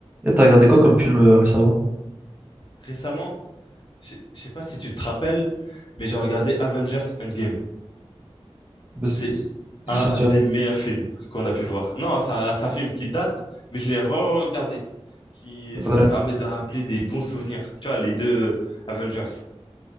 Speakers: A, on the right (about 15°); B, on the left (about 50°).
A: Et t'as regardé quoi comme film euh, récemment?
B: récemment, je je sais pas si tu te rappelles, mais j'ai regardé Avengers Endgame.
A: Bah,
B: C'est
A: c'est- c'est- Il
B: un
A: est sorti
B: des
A: un...
B: meilleurs films qu'on a pu voir. Non, ça, ça film qui date, mais je l'ai re-regardé, qui,
A: Ouais.
B: ce qui me permet de rappeler des bons souvenirs. Tu vois, les deux Avengers.